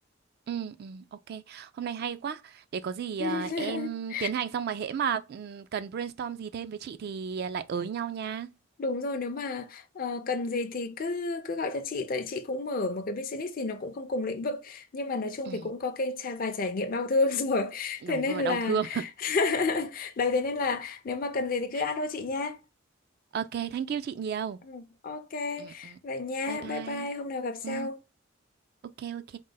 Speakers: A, on the right; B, on the left.
A: ừ, ừ, ok. Hôm nay hay quá. Để có gì
B: <laughs>
A: à, em tiến hành xong mà hễ mà ừ, cần brainstorm gì thêm với chị thì lại ới nhau nha.
B: đúng rồi nếu mà ờ, cần gì thì cứ cứ gọi cho chị tại chị cũng mở một cái business thì nó cũng không cùng lĩnh vực nhưng mà nói chung
A: Ừ,
B: thì cũng có cái trải vài trải nghiệm đau thương <laughs> rồi thế
A: đúng
B: nên
A: rồi,
B: là
A: đau thương.
B: <laughs> đấy thế nên là nếu mà cần gì thì cứ
A: <laughs>
B: alo chị nha
A: Ok, thank you chị nhiều.
B: Ừ, ok
A: Ừ, ừ.
B: vậy nha
A: Bye bye.
B: bye bye hôm nào gặp sau
A: Ừ. ok ok